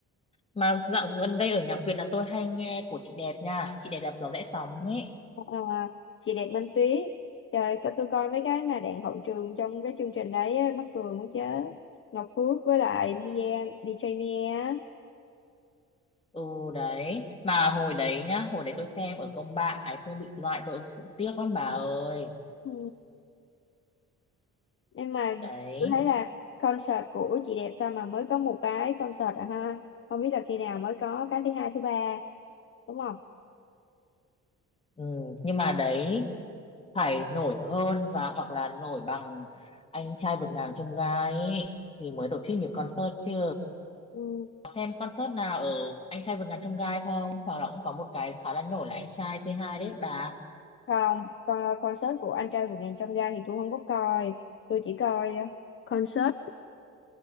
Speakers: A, on the left; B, on the left.
A: mà dạo gần đây ở nhạc Việt là tôi hay nghe của chị đẹp nha chị đẹp đạp gió rẽ sóng ấy
B: Ờ, ờ, chị đẹp Minh Tuyết trời tôi, tôi coi mấy cái mà đạn hậu trường trong cái chương trình đấy á, mắc cười muốn chết Ngọc Phước với lại Mia DJ Mia á.
A: ừ đấy mà hồi đấy nhá hồi đấy tôi xem ở công bạn Ái Phương bị loại tôi cũng tiếc lắm bà ơi
B: ừ. nhưng mà
A: đấy
B: tôi thấy là concert của chị đẹp sao mà mới có một cái concert à ha không biết là khi nào mới có cái thứ hai thứ ba đúng không
A: ừ, nhưng mà đấy phải nổi hơn và hoặc là nổi bằng anh trai vượt ngàn chông gai ấy, thì mới tổ chức nhiều concert chứ
B: ừ.
A: xem concert nào ở anh trai vượt ngàn chông gai không hoặc là cũng có một cái khá là nổi là anh trai c hai đấy bà
B: không con concert của anh trai vượt ngàn chông gai thì tôi không có coi tôi chỉ coi ờ, concert